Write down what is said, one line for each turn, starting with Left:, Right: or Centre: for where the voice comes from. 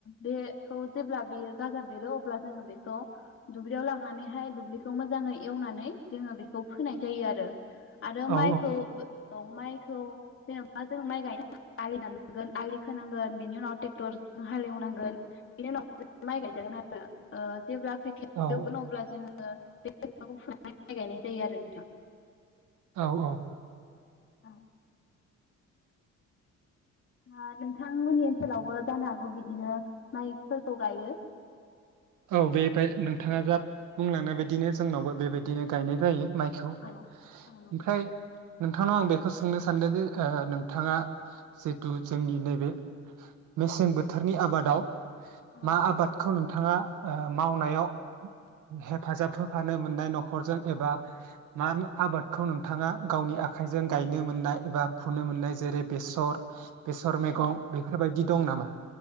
Left: बेखौ जेब्ला बियो गाजा बेरो अ ब्ला जोङो बेखौ दुब्लियाव लांनानैहाय दुब्लिखौ मोजाङै एवनानै जोङो बेखौ फोनाय जायो आरो। आरो
Right: औ
Left: माइखौ औ माइखौ जेनेबा जों माइ गायनो थाखाय आलि दाननांगोन आलि खोनांगोन बेनि उनाव ट्रेक्टरजों हालेवनांगोन बिनि उनाव जों माइ गायजागोन आरो ओ जेब्ला खैथाया
Right: औ
Left: जौगोन अब्ला जोङो <inaudible> बे <inaudible> फुनानै माइ गायनाय जायो आरो नोंथां
Right: औ औ औ
Left: औ दा नोंथांमोननि ओनसोलावबो जानो हागौ बिदिनो माइफोरखौ गायो
Right: औ बेबाय नोंथाङा जा बुंलांनाय बायदिनो जोंनावबो बेबायदिनो गायनाय जायो माइखौ ओमफ्राय
Left: औ नंगौ।
Right: नोंथांनाव आं बेखौ सोंनो सानदोंदि ओ नोंथाङा जिथु जोंनि नैबे मेसें बोथोरनि आबादाव
Left: औ
Right: मा आबादखौ नों थाङा ओ मावनायाव हेफाजाब हो फानो मोननाय न'खरजों एबा मा आबादखौ नोंथाङा गावनि आखाइजों गायनो मोननाय एबा फुनो मोननाय जेरै बेसर बेसर मैगं
Left: औ
Right: बेफोरबाय दि दं नामा?